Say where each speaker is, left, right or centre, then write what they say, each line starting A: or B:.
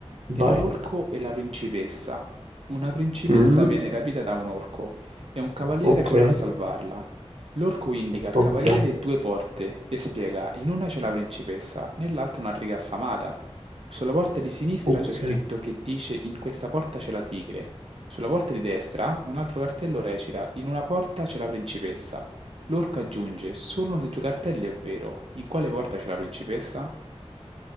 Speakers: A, on the right (about 80°); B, on the right (about 60°).
A: Vai.
B: Dell'orco e la principessa. Una principessa
A: Mm,
B: viene rapita da un orco e un cavaliere
A: Ok,
B: corre a salvarla. L'orco indica al
A: ok,
B: cavaliere due porte e spiega, in una c'è la principessa, nell'altra una tigre affamata. Sulla porta di sinistra
A: ok.
B: c'è scritto che dice in questa porta c'è la tigre. Sulla porta di destra un altro cartello recita, in una porta c'è la principessa. Lorca aggiunge: "Solo uno dei tuoi cartelli è vero. In quale porta c'è la principessa?